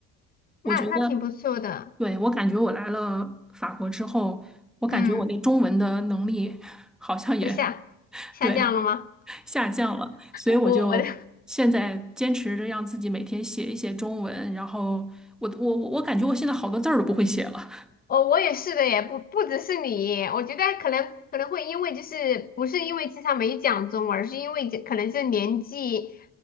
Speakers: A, in the centre; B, on the left (about 30°).
A: 我觉得，
B: 那那挺不错的。
A: 对，我感觉我来了法国之后，我感觉我那中文的能力
B: 嗯，
A: <laughs> 好像也
B: 在下下降了吗？
A: 对下降了，
B: <laughs>
A: 所以我就现在坚持着让自己每天写一写中文，
B: 我我的
A: 然后我我我感觉我现在好多字儿都不会写了。
B: 我我也是的耶，不不只是你，我觉得可能可能会因为就是不是因为经常没讲中，而是因为这可能是年纪